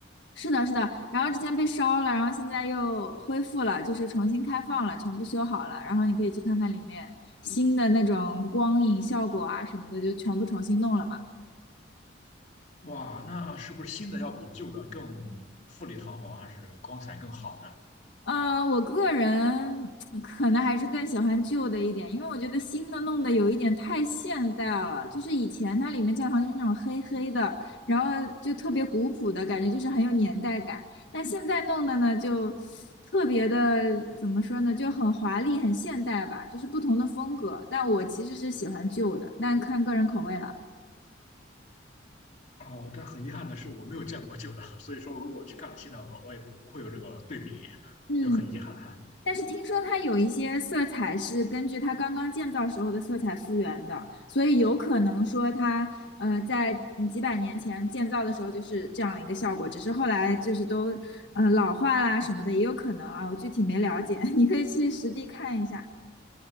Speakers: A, on the left; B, on the left.
A: 是的，是的，然后之前被烧了，然后现在又恢复了，就是重新开放了，全部修好了，然后你可以去看看里面新的那种光影效果啊什么的，就全部重新弄了嘛。
B: 哇，那是不是新的要比旧的更富丽堂皇，还是光彩更好
A: 呃，我个人可能还是更喜欢旧的一点，因为我觉得新的弄得有一点太现代了。就是以前它里面教堂就是那种黑黑的，然后就特别古朴的感觉，就是很有年代感。但现在弄的呢，就特别的怎么说呢，就很华丽、很现代吧，就是不同的风格。但我其实是喜欢旧的，但看个人口味了。
B: 呢？哦，但很遗憾的是，我没有见过旧的，所以说如果我去看了新的，我我也不不会有这个对比，
A: 嗯。
B: 就很遗憾。
A: 但是听说它有一些色彩是根据它刚刚建造时候的色彩复原的，所以有可能说它呃在嗯几百年前建造的时候就是这样一个效果，只是后来就是都呃老化啦什么的也有可能啊，我具体没了解，<laughs> 你可以去实地看一下。